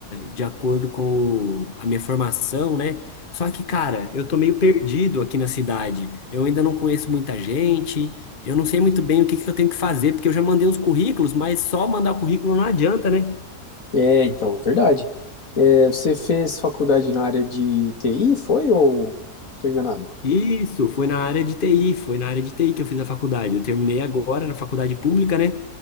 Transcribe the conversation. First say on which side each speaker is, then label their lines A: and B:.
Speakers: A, on the left; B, on the left.
A: de acordo com a minha formação, né? Só que, cara, eu tô meio perdido aqui na cidade. Eu ainda não conheço muita gente. Eu não sei muito bem o que que eu tenho que fazer, porque eu já mandei uns currículos, mas só mandar o currículo não adianta, né?
B: É, então, é verdade. É, você fez faculdade na área de TI, foi ou estou enganado?
A: Isso, foi na área de TI, foi na área de TI que eu fiz a faculdade. Eu terminei agora na faculdade pública, né?